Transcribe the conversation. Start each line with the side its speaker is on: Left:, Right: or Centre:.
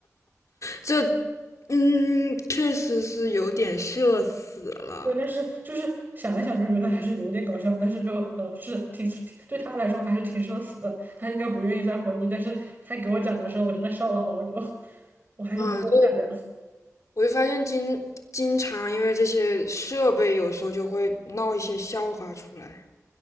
Left: 这，嗯，确实是有点社死了
Right: 对，但是就是想一想就觉得还是有点搞笑，但是就呃是挺挺对他来说还是挺社死的，他应该不愿意再回忆，但是他给我讲的时候，我真的笑了好久，<laughs> 我还是不够善良。
Left: 啊！就我就发现经经常因为这些设备，有时候就会闹一些笑话出来。